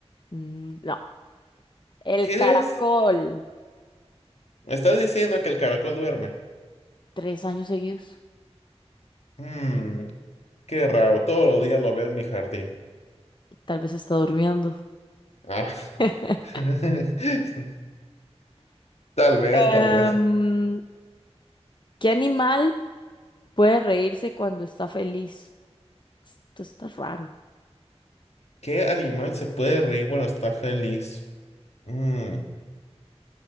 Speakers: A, on the left; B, on the left.
A: Mm, No, el
B: ¿Qué
A: caracol.
B: es? Me estás diciendo que el caracol duerme.
A: Tres años seguidos.
B: Mm, qué raro, todos los días lo veo en mi jardín.
A: Tal vez está durmiendo.
B: Ah,
A: <laughs>
B: <laughs> Tal vez,
A: Em,
B: tal vez.
A: ¿qué animal puede reírse cuando está feliz? Esto está raro.
B: ¿Qué animal se puede reír cuando está feliz? Mm.